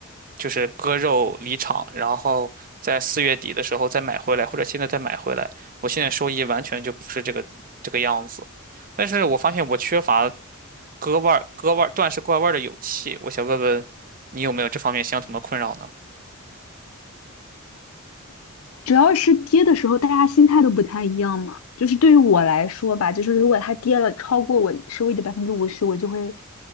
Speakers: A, on the right (about 40°); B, on the left (about 80°).
A: 就是割肉离场，然后在四月底的时候再买回来，或者现在再买回来，我现在收益完全就不是这个这个样子。但是我发现我缺乏割腕儿割腕儿断是割腕儿的勇气，我想问问你有没有这方面相同的困扰呢？
B: 主要是跌的时候，大家心态都不太一样嘛。就是对于我来说吧，就是如果它跌了超过我收益的百分之五十，我就会